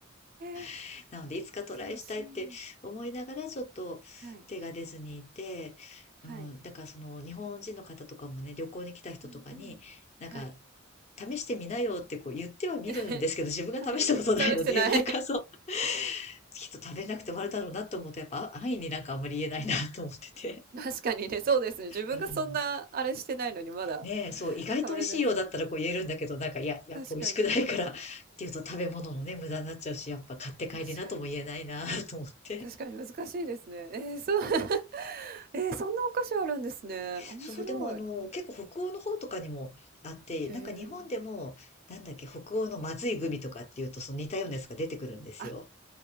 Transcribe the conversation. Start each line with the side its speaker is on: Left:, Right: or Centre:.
Right: え、
Left: <laughs> なので、いつかトライしたいって思いながら、
Right: 面白い。
Left: ちょっと手が出ずにいて、
Right: はい、はい。
Left: うん、だからその日本人の方とかもね、旅行に来た人とかに、
Right: うんうん。
Left: なんか
Right: はい。
Left: 試してみなよってこう言ってはみるんですけど、
Right: <laughs> はい、
Left: 自分が試したことないので、
Right: 試してない。
Left: <laughs> なんかそう、きっと食べなくて終わるだろうなと思うと、やっぱ安易になんかあんまり言えないなと思ってて。
Right: <laughs> 確かにね、そうですね。自分がそんなあれしてないのに、
Left: <laughs> うん。
Right: まだ、
Left: ねえ、そう、意外と美味しいようだったらこう言えるんだけど、
Right: たまれですね。
Left: なんかいや、やっぱ美味しくないからっていうと食べ物のね、
Right: 確かに。
Left: 無駄になっちゃうし、やっぱ買って帰りなとも言えないな
Right: 確かに。
Left: <laughs> と思って。
Right: 確かに難しいですね。ええ、そう。<laughs> ええ、そんなお菓子あるんですね。
Left: <laughs>
Right: 面白い。
Left: そう、でもあの、結構北欧の方とかにもあって、
Right: へえ。
Left: なんか日本でも、なんだっけ、北欧のまずいグミとかっていうと、その似たようなやつが出てくるんですよ。
Right: あ、